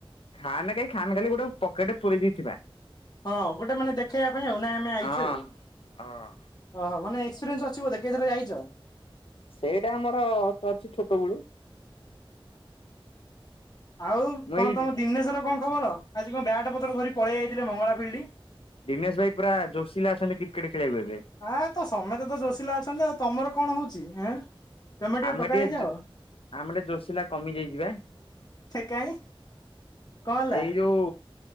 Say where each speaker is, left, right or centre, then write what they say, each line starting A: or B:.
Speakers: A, on the left; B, on the left.
A: ଖାମ କାଇଁ ଖାମ ଖାଲି ଗୋଟେ ପକେଟ ପୁରେଇ ଦେଇଥିବା।
B: ହଁ ଗୋଟେ ମାନେ ଦେଖେଇବା ପାଇଁ ଆଉ ନାଇଁ ଆମେ ଆଇଛୁ
A: ହଁ।
B: ଆଉ
A: ହଁ।
B: ଓହୋ ମାନ ଏକ୍ସପିରିଏନ୍ସ ଅଛି ବୋଧେ କେଇଥର ଯାଇଛ?
A: ସେଇଟା ଆମର ଅଛି ଛୋଟ ବେଳୁ।
B: ଆଉ
A: ମୁଁ
B: କଣ
A: ଏଇ
B: ତମ ଦିନେଶର କଣ ଖବର ଆଜି କଣ ବ୍ୟାଟ ପତର ଧରି ପଳେଇ ଆଇଥିଲେ ମଙ୍ଗଳା ଫିଲ୍ଡ?
A: ଦିନେଶ ଭାଇ ପୁରା ଯୋସିଲ ଅଛନ୍ତି କ୍ରିକେଟ ଖେଳିବାକୁ ଏବେ
B: ଆଁ ତ ସମେତେ ତ ଜୋସିଲା ଅଛନ୍ତି ଆଉ ତମର କଣ ହଉଛି ଏଁ ତମେ ଟିକେ
A: ଆମେ
B: ଟୋକା ହେଇଯାଅ।
A: ଜୋ ଆମେ ଟିକେ ଜୋସିଲା କମି ଯାଇଛିିବା?
B: କାଇଁ କଣ ହେଲା
A: ଏଇ ଯୋଉ